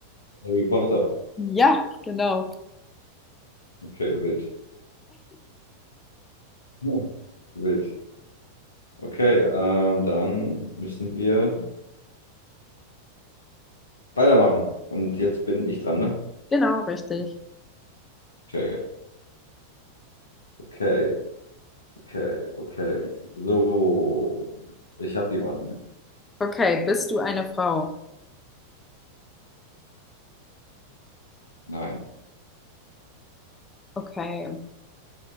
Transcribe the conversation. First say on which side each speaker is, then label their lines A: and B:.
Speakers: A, on the left (about 70°); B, on the left (about 15°).
A: Harry Potter.
B: Ja, genau.
A: Okay, wild. <laughs> Wild. Okay, ähm, dann müssen wir weitermachen. Und jetzt bin ich dran, ne?
B: Genau, richtig.
A: Okay, okay, okay, okay. So, ich habe jemanden.
B: Okay, bist du eine Frau?
A: Nein.
B: Okay.